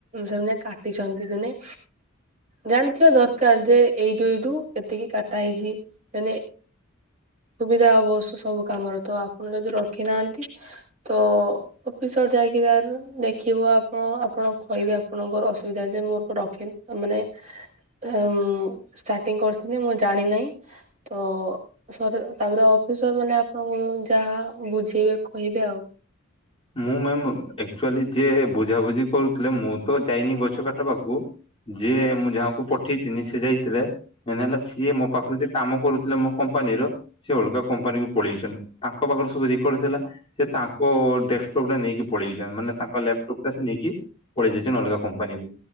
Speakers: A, on the right; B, on the left.
A: ସେମାନେ କାଟିଛନ୍ତି ଦିନେ। ଜାଣିଥିବା ଦରକାର ଯେ ଏଇଠୁ ଏଇଠୁ ଏତିକି କାଟା ହେଇଛି ମାନେ ଯାହା ଅବଶ୍ୟ ସବୁ କାମରେ ତ ଆପଣ ଯଦି ରଖିନାହାନ୍ତି ତ ଅଫିସର ଯାଇକି ତାର ଦେଖିବ। ଆପଣ ଆପଣ କହିବେ ଆପଣଙ୍କର ଅସୁବିଧା ଯେ ମୁଁ ଆକୁ ରଖେନି ମାନେ ଅମ ଷ୍ଟାର୍ଟିଂ କରିଥିଲି ମୁଁ ଜାଣିିନାହିଁ ତ ସର୍ ତାପରେ ଅଫିସର ମାନେ ଆପଣଙ୍କୁ ଯାହା ବୁଝେଇବେ କହିବେ ଆଉ।
B: ମୁଁ ମ୍ୟମ ଆଚୁଆଲି ଯିଏ ବୁଝାବୁଝି କରୁଥିଲେ ମୁଁ ତ ଯାଇନି ଗଛ କାଟ ପାଖକୁ ଯିଏ ମୁଁ ଯାହାକୁ ପଠେଇଥିନି ସେ ଯାଇଥିଲେ। ମେନ୍ ହେଲା ସିଏ ମୋ ପାଖରେ ଯିଏ କାମ କରୁଥିଲେ ମୋ କମ୍ପାନୀର ସିଏ ଅଲଗା କମ୍ପାନୀକୁ ପଳେଇଛନ୍ତି। ତାଙ୍କ ପାଖରେ ସବୁ ରେକର୍ଡ ଥିଲା। ସେ ତାଙ୍କ ଡେସ୍କଟପ୍ ଟା ନେଇକି ପଳେଇଯାଇଛନ୍ ମାନ ତାଙ୍କର ଲାପଟପ ଟା ସେ ନେଇକି ପଳେଇ ଯାଇଛନ୍ ଅଲଗା କମ୍ପାନୀକୁ।